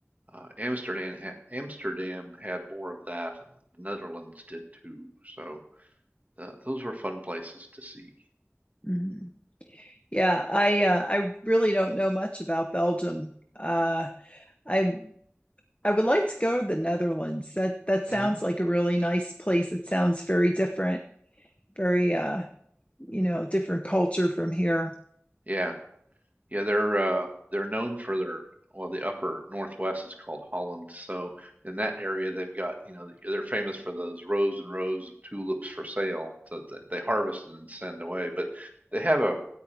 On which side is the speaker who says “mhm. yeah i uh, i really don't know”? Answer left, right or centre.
Left